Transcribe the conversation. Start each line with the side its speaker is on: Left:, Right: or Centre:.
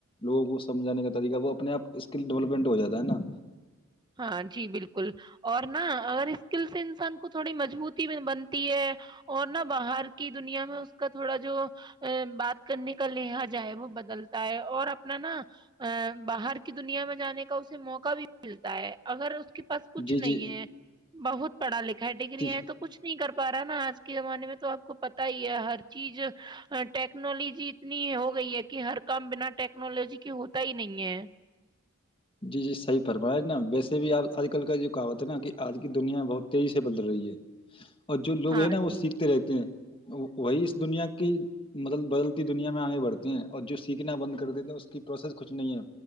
Left: لوگوں کو سمجھانے کا طریقہ وہ اپنے آپ اسکل ڈیولپمنٹ ہو جاتا ہے نا
Right: ہاں جی بالکل اور نہا اگر اسکل سے انسان کو تھوڑی مجبوتی بنتی ہے اور نہا باہر کی دنیا میں اس کا تھوڑا جو بات کرنے کا لہجا ہے وہ بدلتا ہے اور اپنا نا باہر کی دنیا میں جانے کا اسے موقع بھی ملتا اگر اس کے پاس کچھ
Left: جی
Right: نہیں
Left: جی
Right: ہے بہت پڑھ لکھا ہے ڈگگریاں
Left: جی
Right: تو کچ نہیں ارا نا آج کے زمانے میں تو آپ کو پتا ہی ہے ہر چیز ٹیکنالوجی اتنی ہو گئی ہے کہ ہر کام بنا ٹیکنالوجی کی ہوتا ہی نہیں ہے
Left: جی جی صحیح پرمایا نا ویسے بھی آپ آج کل کا جو کہوت ہے نا کہ آج کی دنیا بہت تیزی سے بدل رہی ہے اور جو لوگ
Right: ہاں
Left: ہیں نا وہ
Right: جی
Left: سیکھتے رہتے ہیں وہی اس دنیا کہ مطلب بدلتی دنیا میں آگے بڑھ ہیں اور جو سیکھنا بند کر دیتے ہیں اس کی پروسیس کچھ نہیں ہے